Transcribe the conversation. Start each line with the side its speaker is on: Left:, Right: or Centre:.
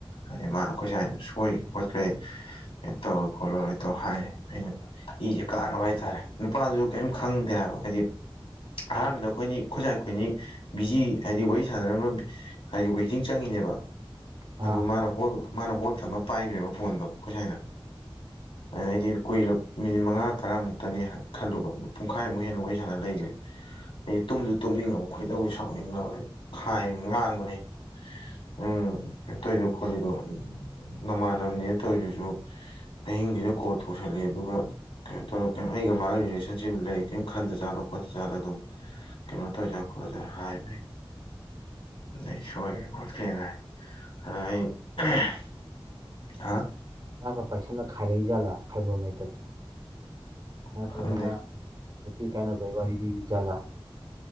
Left: ꯑꯗꯩ ꯃꯥꯅ ꯑꯈꯣꯏ ꯁꯥꯏꯗ ꯁꯣꯏꯔꯦ ꯈꯣꯠꯈ꯭ꯔꯦ ꯑꯅ ꯇꯧꯔ ꯈꯣꯠꯂ ꯑꯗꯥꯏ ꯍꯥꯏꯔꯦ ꯑꯩꯅ ꯏꯖꯦ ꯀꯥꯔꯕ ꯍꯥꯏꯇꯥꯔꯦ ꯅꯨꯄꯥꯗꯨꯖꯨ ꯀꯩꯝ ꯈꯪꯗꯦ ꯍꯥꯏꯕ ꯍꯥꯏꯗꯤ ꯑꯍꯥꯟꯕꯗ ꯑꯈꯣꯏꯅꯤ ꯈꯣꯏꯁꯥꯏ ꯑꯩꯈꯣꯏꯅꯤ ꯕꯤꯖꯤ ꯍꯥꯏꯗꯤ ꯋꯥꯔꯤ ꯁꯥꯟꯅꯔꯝꯃ ꯕꯤ ꯍꯥꯏꯗꯤ ꯋꯩꯇꯤꯡ ꯆꯪꯉꯤꯅꯦꯕ
Right: ꯑꯥ
Left: ꯑꯗꯨ ꯃꯥꯅ ꯍꯣꯜ ꯃꯥꯅ ꯍꯣꯜ ꯊꯝꯃ ꯄꯥꯏꯒ꯭ꯔꯦꯕ ꯐꯣꯟꯗꯣ ꯈꯣꯏꯁꯥꯏꯅ ꯑꯗꯩꯗꯤ ꯀꯨꯏꯔꯞ ꯃꯤꯅꯤꯠ ꯃꯉꯥ ꯇꯔꯥꯃꯨꯛꯇꯅꯤ ꯍ ꯈꯜꯂꯨꯕ ꯗ ꯄꯨꯡꯈꯥꯏꯃꯨꯛ ꯍꯦꯟꯅ ꯋꯥꯔꯤ ꯁꯥꯟꯅ ꯂꯩꯒ꯭ꯔꯦ꯫ ꯑꯩ ꯇꯨꯝꯖꯨ ꯇꯨꯝꯅꯤꯡꯉꯕ ꯈꯣꯏꯗꯧꯖꯦ ꯁꯥꯎꯅꯤꯡꯉꯕ ꯑꯩ ꯈꯥꯏ ꯉꯥꯡꯕꯅꯦ꯫ ꯎꯝ ꯀꯩꯟ ꯇꯧꯔꯤꯗꯣ ꯈꯣꯠꯂꯤꯗꯣ ꯅꯃꯥꯟꯅꯕꯅꯦꯅ ꯇꯧꯔꯤꯗꯨꯖꯨ ꯑꯍꯤꯡꯖꯤꯗ ꯀꯣꯜ ꯇꯧꯁꯜꯂꯦ ꯑꯗꯨꯒ ꯀꯩꯅꯣ ꯇꯧꯔ ꯀꯩꯝ ꯑꯩꯒ ꯃꯥꯒꯤ ꯔꯤꯂꯦꯁꯟꯁꯤꯞ ꯂꯩ ꯀꯩꯝ ꯈꯟꯗꯖꯥꯠꯂꯣ ꯈꯣꯠ ꯆꯂꯗꯣ ꯀꯩꯅꯣ ꯇꯧꯖꯥꯠꯂ ꯈꯣꯜꯂꯖꯥꯂ ꯍꯥꯏꯕꯅꯦ ꯑꯗꯨꯅꯦ ꯑꯩꯖꯦ ꯁꯣꯏꯒ꯭ꯔꯦ ꯈꯣꯠꯈ꯭ꯔꯦꯅ ꯍꯥꯏ ꯑꯗꯨꯗꯩ <unintelligible> ꯑꯥ
Right: ꯗꯥꯛꯀ ꯄꯥꯏꯁꯜꯂꯒ ꯈꯥꯏꯔꯛꯏ ꯖꯥꯠꯂꯥ ꯈꯥꯏꯕꯝ ꯂꯩꯇꯗꯅ ꯅꯠꯇ꯭ꯔꯒꯅ
Left: ꯈꯪꯗꯦ
Right: ꯅꯨꯄꯤ ꯀꯥꯏꯅꯕꯩ ꯋꯥꯔꯤ ꯂꯤꯔꯤ ꯖꯥꯠꯂꯥ꯫